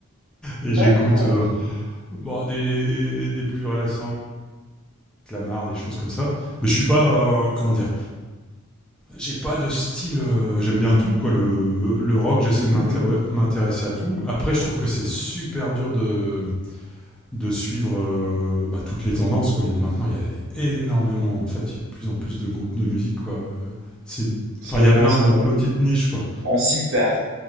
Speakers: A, in the centre; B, on the right (about 60°).
A: Et j'écoute
B: D'accord.
A: euh, bon, des, des plus récents, Lamar, des choses comme ça. Mais je suis pas, euh, comment dire, j'ai pas de style. euh, J'aime bien tout, quoi. Le, le rock, j'essaie
B: Mhm,
A: de m'intér-
B: mhm.
A: m'intéresser à tout. Après, je trouve que c'est super dur de de suivre euh, bah, toutes les tendances, quoi. Et Maintenant, il y a énormément, en fait, il y a de plus en plus de groupes de musique, quoi. Euh, C'est,
B: C'est
A: enfin, il
B: vrai,
A: y a plein
B: c'est
A: de
B: vrai.
A: petites niches, quoi.
B: On s'y perd.